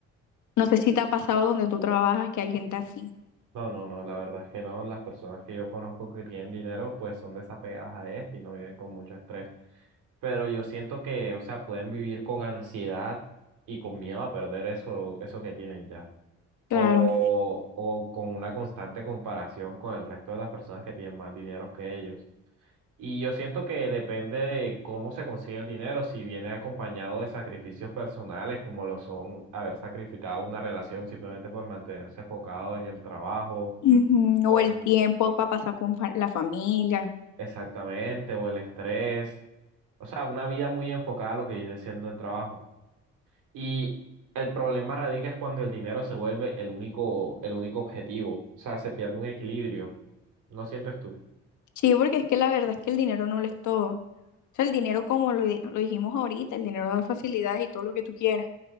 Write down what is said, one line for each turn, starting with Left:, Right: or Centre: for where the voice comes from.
Left: No sé si te ha pasado donde tú trabajas que hay gente así.
Right: No, no, no, la verdad es que no. Las personas que yo conozco que tienen dinero, pues son desapegadas a este y no viven con mucho estrés. Pero yo siento que, o sea, pueden vivir con ansiedad y con miedo a perder eso, eso que tienen ya.
Left: Claro.
Right: O, o con una constante comparación con el resto de las personas que tienen más dinero que ellos. Y yo siento que depende de cómo se consigue el dinero, si viene acompañado de sacrificios personales, como lo son haber sacrificado una relación simplemente por mantenerse enfocado en el trabajo
Left: Ujú,
Right: o
Left: O el tiempo para pasar con fa- la familia.
Right: Exactamente, o el estrés, o sea, una vida muy enfocada a lo que viene siendo el trabajo. Y el problema radica es cuando el dinero se vuelve el único, el único objetivo, o sea, se pierde un equilibrio, ¿no sientes tú?
Left: Sí, porque es que la verdad es que el dinero no lo es todo. O sea, el dinero, como lo, di- lo dijimos ahorita, el dinero da facilidades y todo lo que tú quieras,